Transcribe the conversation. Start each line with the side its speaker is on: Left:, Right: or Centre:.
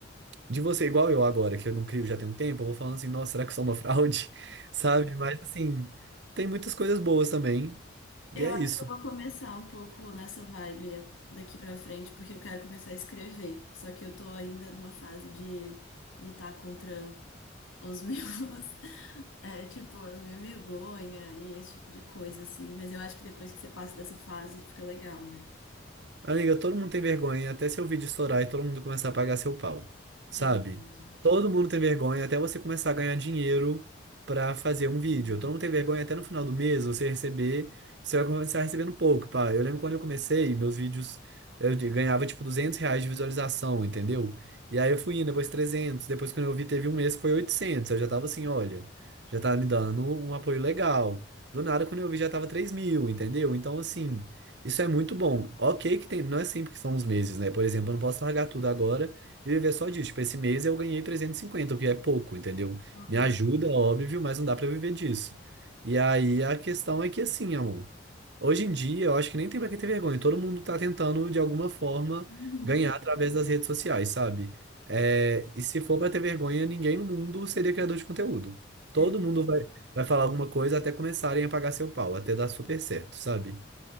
Right: de você igual eu agora, que eu não crio já tem um tempo, eu vou falando assim, nossa, será que eu sou uma fraude? <laughs> Sabe? Mas assim, tem muitas coisas boas também, e
Left: Eu
Right: é
Left: acho
Right: isso.
Left: que eu vou começar um pouco nessa vibe daqui pra frente, porque eu quero começar a escrever. Só que eu tô ainda numa fase de lutar contra os <laughs> meus. É, tipo, as minhas vergonha e esse tipo de coisa, assim. Mas eu acho que depois que você passa dessa fase, fica legal, né?
Right: Amiga, todo mundo tem vergonha até seu vídeo estourar e todo mundo começar a pagar seu pau, sabe?
Left: É verdade.
Right: Todo mundo tem vergonha até você começar a ganhar dinheiro pra fazer um vídeo.
Left: Hum.
Right: Todo mundo tem vergonha até no final do mês você receber, você vai começar recebendo pouco, pá. Eu lembro quando eu comecei, meus vídeos, eu de- ganhava tipo 200 reais de visualização, entendeu? E aí eu fui indo, depois 300, depois quando eu vi teve um mês que foi 800, eu já tava assim, olha, já tá me dando um apoio legal. Do nada, quando eu vi, já tava 3 mil, entendeu? Então, assim... Isso é muito bom. Ok, que tem, não é sempre que são os meses, né? Por exemplo, eu não posso largar tudo agora e viver só disso. Tipo, esse mês eu ganhei 350, o que é pouco, entendeu?
Left: Aham.
Right: Me ajuda, óbvio, mas não dá pra viver disso. E aí a questão é que, assim, amor, hoje em dia eu acho que nem tem pra que ter vergonha. Todo mundo tá tentando, de alguma forma,
Left: Uhum.
Right: ganhar através das redes sociais, sabe? É, e se for pra ter vergonha, ninguém no mundo seria criador de conteúdo. Todo
Left: É,
Right: mundo vai, vai falar alguma coisa até começarem a pagar seu pau, até dar super certo, sabe?